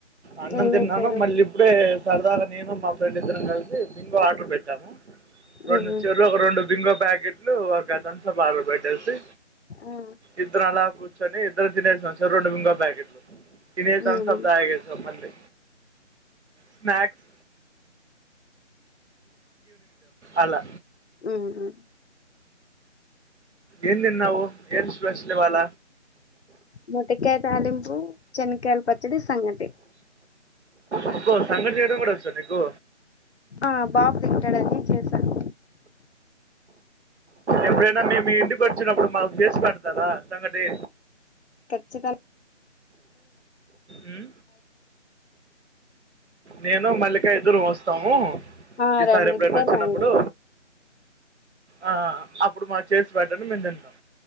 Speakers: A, on the right (about 65°); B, on the left (about 60°).
A: అన్నం
B: ఏం
A: తిన్నాను
B: చేశారు
A: మళ్ళీ ఇప్పుడే సరదాగా నేను మా ఫ్రెండ్ ఇద్దరం కలిసి బింగో ఆర్డర్ పెట్టాము. రెండు
B: ఉహు
A: చెరో ఒక రెండు బింగో ప్యాకెట్లు ఒక తమ్స్ అప్ బాటిల్ పెట్టేసి
B: ఆ
A: ఇద్దరం అలా కూర్చొని ఇద్దరం తినేసి వచ్చాం రెండు బింగో ప్యాకెట్లు, తిని తుమ్సప్
B: ఉహు
A: త స్నాక్స్ అలా
B: మ్ హు
A: ఏం తిన్నావు ఎం స్పెషల్ ఇవ్వాళ
B: మొట్టికాయ తాళింపు శెనక్కాయల పచ్చడి సంగటి
A: అబ్బో సంఘటి చేయడం కూడా వచ్చా నికు
B: ఆ బాబు తింటాడని చేసాను
A: ఎప్పుడైనా మేము మీ ఇంటికి వచ్చినప్పుడు మాకు చేసి పెడుతారా సంగటి
B: ఖచ్చితంగా
A: ఉం? నేను మల్లికా ఇద్దరం వస్తాము
B: ఆ
A: ఈ
B: రండి
A: సార్ ఎప్పుడన్న
B: ఇద్దరు
A: వచ్చినప్పుడు
B: రండి
A: ఆ ఆ అప్పుడు మాకు చేసి పెట్టండి మేము తింటం